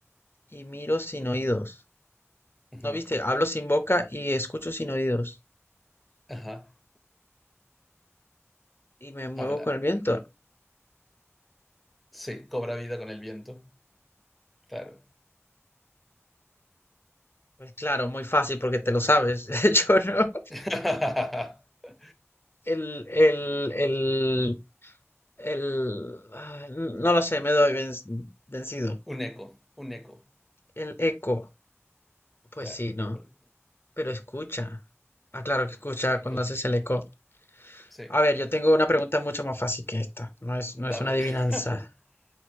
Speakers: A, on the left; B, in the centre.
A: y miro sin oídos.
B: ujú.
A: ¿No viste? Hablo sin boca y escucho sin oídos.
B: Ajá.
A: Y me muevo
B: Habla.
A: con el viento.
B: Sí, cobra vida con el viento. Claro.
A: Pues claro, muy fácil porque te lo sabes. <laughs> Yo no.
B: <laughs>
A: El, el, el, El, ah, no lo sé, me doy venc- vencido.
B: Un eco, un eco.
A: El eco, pues
B: Claro.
A: sí, ¿no?
B: Por-
A: Pero escucha. Ah, claro que escucha cuando
B: claro.
A: haces el eco.
B: Sí,
A: A ver, yo tengo una pregunta mucho más fácil que esta. No es, no es
B: dámela.
A: una adivinanza.
B: <laughs>